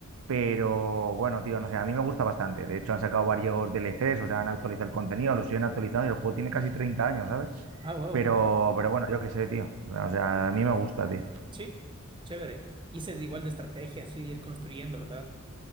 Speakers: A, on the right (about 70°); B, on the right (about 25°).
A: pero bueno, tío, no sé, a mí me gusta bastante. De hecho, han sacado varios DLCs, o sea, han actualizado el contenido, lo siguen actualizando y el juego tiene casi 30 años, ¿sabes?
B: Ah, wow.
A: Pero, pero bueno, yo qué sé, tío. O sea, a mí me gusta, tío.
B: Sí, chévere. Y ese es igual de estrategia, así ir construyendo, ¿verdad?